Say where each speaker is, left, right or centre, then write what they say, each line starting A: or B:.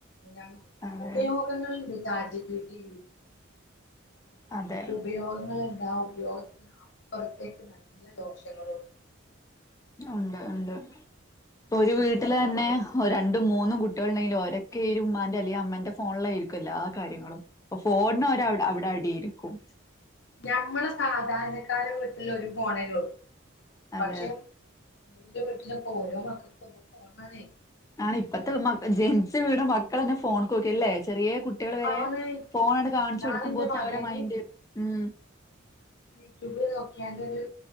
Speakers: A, on the left; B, on the left.
A: ഇ നമക്ക്
B: അതെ
A: ഉപയോഗങ്ങളണ്ട് ചാറ്റ് ജി പിടി
B: അതെ
A: ഉപയോഗങ്ങൾ ണ്ടാവും ലോകത്തിന് അപ്പുറത്തേക്ക് നല്ല ദോഷങ്ങളുംണ്ട്
B: ഉണ്ട് ഉണ്ട് ഇപ്പ ഒരു വീട്ടില്
A: ഇന്നലെപ്പൊക്കെ
B: ന്നെ ഓ രണ്ടും മൂന്നും കുട്ടികൾ ഉണ്ടെങ്കിലും ഒരക്കെ ഈ ഉമ്മാന്റെ അല്ലെങ്കിൽ അമ്മേന്റെ ഫോണില യിരിക്കും എല്ലാ കാര്യങ്ങളും ഫോണ ഒരാ വിടെ അടിയായിരിക്കും
A: ഞമ്മള് സാധാരണക്കാരടെ വീട്ടില ഒരു പോണേള്ളൂ
B: അതെ
A: പക്ഷെ ന്റെ വീട്ടിലൊക്കെഓരോ മക്കൾക്ക് ഓരോ ഫോണണേ
B: ആ ഇപ്പത്തെ മ ജെൻസ് വീട് മക്കളന്നെ ഫോൺോക്കകല്ലേ ചെറിയ കുട്ട- ട്ടികൾ വരെ
A: ആണ്
B: ഫോണട് കാണിച്ചു
A: ഞാനെന്റെ
B: കൊടുക്കുമ്പോത്തന്നെ
A: മകന്
B: അവരെടെ മൈന്ഡറ് ഉം
A: യൂട്യൂബ് നോക്കിയന്റെ ഒരു